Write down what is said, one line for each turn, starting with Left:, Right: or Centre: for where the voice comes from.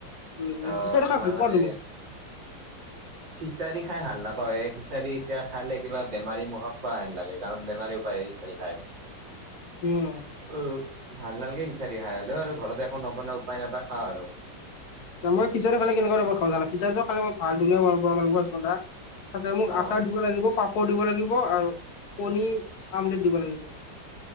Left: উ,
Right: অ
Left: খিচাৰি
Right: তোমাৰ
Left: খাই ভাল
Right: মানে
Left: পোৱা তুমি?
Right: খিচাৰি খাই ভাল নাপাৱে, খিচাৰি এতিয়া খালে কিবা বেমাৰী মুখত খোৱাহেন লাগে কাৰণ বেমাৰীও খিচা ৰি খায়।
Left: উম।
Right: অ' ভাল নালাগে খিচাৰি খাই, হ'লেও আৰু ঘৰত একো নবনাই উপায় নাপায় খাও আৰু।
Left: মই খিচাৰী খালে কেনেকুৱা টাইপৰ খাও জানা, খিচাৰিটো খালে মই <unintelligible> তাতে মোক
Right: অ'।
Left: আচাৰ দিব লাগিব, পাপৰ দিব, লাগিব আৰু কণীৰ আমলেট দিব লাগিব।